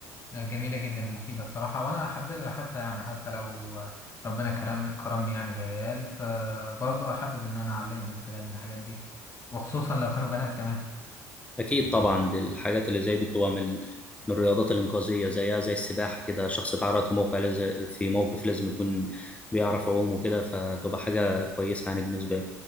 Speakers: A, on the left; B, on the left.
A: آه، جميلة جدا ومفيدة الصراحة وأنا أحبذها حتى يعني حتى لو ربنا كرم كرمني يعني بعيال فبرضه أحبذ إن أنا أعلمهم حاجة من الحاجات دي وخصوصا لو كانوا بنات كمان
B: اكيد طبعا دي الحاجات اللي زي دي بتبقى من من الرياضات الإنقاذية زيها زي السباحة كده شخص اتعرض في موقع لازم في موقف لازم يكون بيعرف يعوم وكده فتبقى حاجة كويسة يعني بالنسبة له